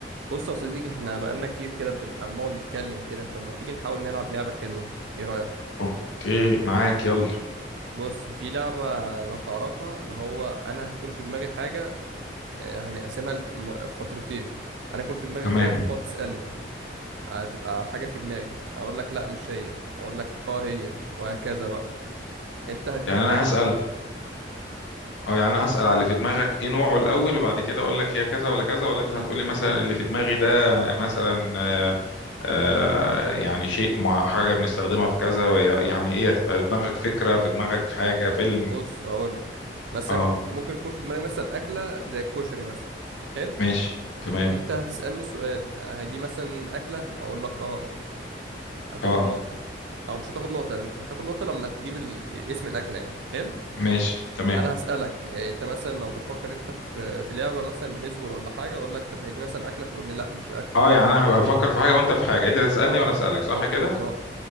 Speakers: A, on the right (about 75°); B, on the left (about 85°).
A: بص يا صديقي احنا بقالنا كتير كده بنبقى بنقعد نتكلم كده طب ما تيجي نحاول نلعب لعبة حلوة ايه رأيك
B: اوكي معاك يلا
A: بص في لعبة لو تعرفها اللي هو انا هيكون في دماغي حاجة آه، هنقسمها لفترتين انا يكون في دماغي
B: تمام
A: حاجة أنت تقعد تسألني هتبقى حاجة في دماغي اقول لك لا مش هي اقول لك اه هي وهكذا بقى انت هتجيب
B: يعني
A: حاجة
B: انا هسأل اه يعني انا هسأل على اللي في دماغك ايه نوعه الاول وبعد كده اقول لك هي كذا ولا كذا ولا انت
A: امم
B: هتقولي مثلا اللي في دماغي ده مثلا آه آه، يعني شيء مع حاجة بنستخدمها في كذا وي- يعني ايه هتبقى في دماغك فكرة في دماغك حاجة فيلم
A: بص هقول لك مثلا
B: اه
A: يكون- ممكن يكون في دماغي مثلا أكلة زي الكشري مثلا حلو
B: ماشي تمام
A: انت هتسألني سؤال آه، هي دي مثلا أكلة اقول لك اه هتاخد
B: اه
A: نقطة او مش هتاخد نقطة لأن انت هتاخد نقطة لما تجيب ال- اسم الأكلة يعني حلو
B: ماشي تمام
A: انا هسألك إيه، انت مثلا لو بتفكر انت في في لعبة مثلا بيسبول ولا حاجة اقول لك طب هي دي مثلا أكلة تقول لي لا مش أكلة
B: اه يعني انا هبقى بفكر في حاجة وانت في حاجة انت تسألني
A: اه
B: وانا اسألك صح
A: مظبوط
B: كده
A: اه